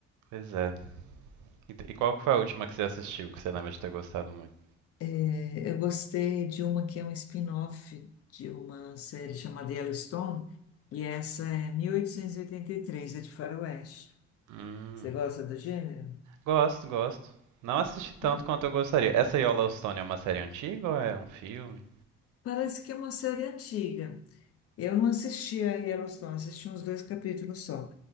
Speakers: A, on the right (about 90°); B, on the left (about 55°).
A: Pois é. E, t- e qual que foi a última que você assistiu que você lembra de ter gostado muito?
B: É, eu gostei de uma que é um spin-off de uma série chamada Yellowstone, e essa é 1883, é de Faroeste.
A: Hum,
B: Você gosta do gênero?
A: gosto, gosto. Não assisti tanto
B: Não?
A: quanto eu gostaria. Essa Yellowstone é uma série antiga ou é um filme?
B: Parece que é uma série antiga. Eu não assisti a Yellowstone, não assisti uns dois capítulos só.